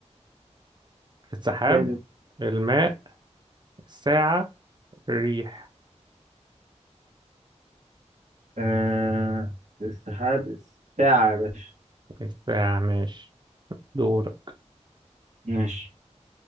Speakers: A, on the right; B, on the right.
A: السحاب
B: تالت
A: الماء الساعة الريح
B: آه السحاب الساعة يا باشا
A: الساعة ماشي دورك
B: ماشي